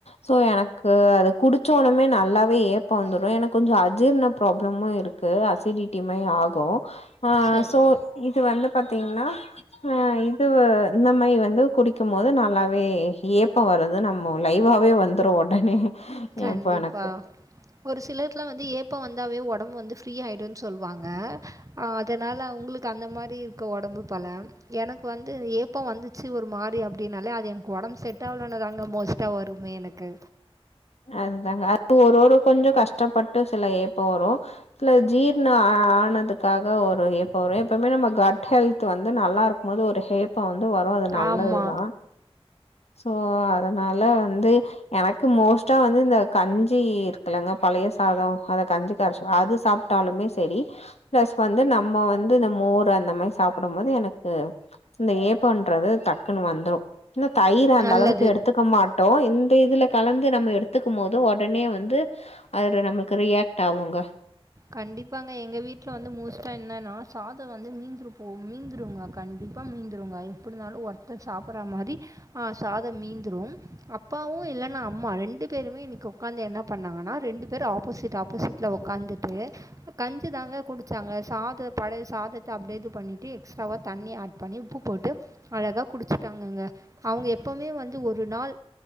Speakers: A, on the left (about 85°); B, on the right (about 30°).
A: ஸோ எனக்கு அது குடிச்ச ஒனமே நல்லாவே ஏப்ப வந்துரு எனக்கு கொஞ்சோ அஜீர்ண ப்ராப்ளமு இருக்கு அசிடிட்டி மாரி ஆகு ஆ
B: சரி
A: சோ இது வந்து பாத்திங்ன்னா ஆ இது இந்த மாரி வந்து குடிக்கு போது நல்லாவே ஏப்பௌ வருது நம்ம லைவாவே வந்ரு ஒடனே
B: கண்டிப்பா
A: ஏப்ப எனக்கு
B: ஒரு சிலர்லா வந்து ஏப்போ வந்தாவவே ஒடம்பு வந்து ஃப்ரீ ஆய்டுன்னு சொல்லுவாங்க அதனால உங்ளுக் அந்த மாதிரி இருக்க ஒடம்பு பொல எனக்கு வந்து ஏப்போ வந்துச்சு ஒரு மாரி அப்டின்னாலே அது எனக்கு ஒடம்பு செட் ஆகலன்னதாங்க மோஸ்ட்டா வருமே எனக் கு
A: அதுதாங்க அது ஒரு ஒரு கொஞ்சோ கஷ்டப்பட்டு சில ஏப்போ வரு இல்ல ஜீர்னு ஆனதுக்காக ஒரு ஏப்போ வரு எப்பவுமே நம்ம கட் ஹெல்த் வந்து நல்லா இருக்கும் போது ஒரு ஹேப்போ வந்து வரு அது நல்லதுதா
B: ஆமா.
A: சோ அதனால வந்து எனக்கு மோஸ்ட்டா வந்து இந்த கஞ்சி இருக்குல்லங்க பழைய சாதோ அத கஞ்சி கரைச்சி அது சாப் ட்டாலுமே சரி பிளஸ் வந்து நம்ம வந்து இந்த மோர் அந்த மாதிரி சாப்டும்போது எனக்கு இந்த ஏப்பன்றது டக்குன்னு வந்துரு இன்னு தயிர் அந்த
B: நல்லது.
A: அளவுக்கு எடுத்துக்க மாட்டோ இந்த இதுல கலந்து நம்ம எடுத்துக்கு மோது ஒடனே வந்து அதுல நம்லுக்கு ரியாக்ட் ஆவுங்க
B: கண்டிப்பாங்க எங்க வீட்ல வந்து மோஸ்ட்டா என்னன்னா சாதோ வந்து மீந்துபோவு மீந்துடுங்க கண்டிப்பா மீந்துருங்க எப்டினாலு ஒருத்தர் சாப்டற மாரி அ சாதோ மீந்துரு அப்பாவு இல்லன்னா அம்மா ரெண்டு பேருமே இன்னிக்கு ஓக்காந்து என்ன பண்ணாங்கன்னா ரெண்டு பேரு ஆப்போசிட் ஆப்போசிட்ல ஒகாந்துட்டு கஞ்சு தாங்க குடிச்சாங்க சாத பழய சாதத்த அப்டியே இது பண்ணிட்டு எக்ஸ்ட்ராவா தண்ணி ஆட் பண்ணி உப்பு போட்டு அழகா குடிச்சுட்டாங்கங்க அவுங்க எப்பவுமே வந்து ஒரு நாள்